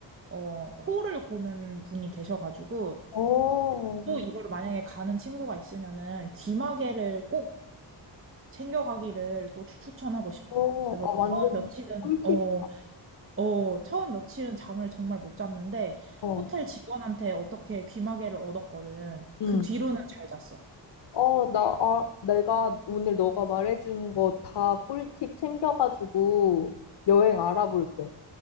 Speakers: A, on the right (about 30°); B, on the left (about 70°).
A: 어, 코를 고는 분이 계셔가지고
B: 오,
A: 또 이걸 만약에 가는 친구가 있으면은 귀마개를 꼭 챙겨가기를 또 추천하고 싶어.
B: 오,
A: 그래서
B: 아, 완전
A: 처음 며칠은
B: 꿀팁.
A: 어, 어, 처음 며칠은 잠을 정말 못 잤는데
B: 어.
A: 호텔 직원한테 어떻게 귀마개를 얻었거든.
B: 음.
A: 그 뒤로는 잘 잤어.
B: 어, 나, 아, 내가 오늘 너가 말해준 거 다 꿀팁 챙겨가지고 여행 알아볼게.